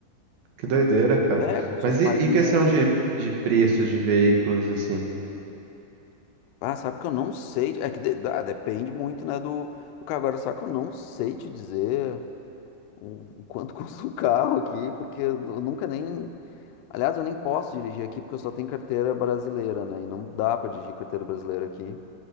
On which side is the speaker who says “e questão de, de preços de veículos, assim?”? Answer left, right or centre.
Right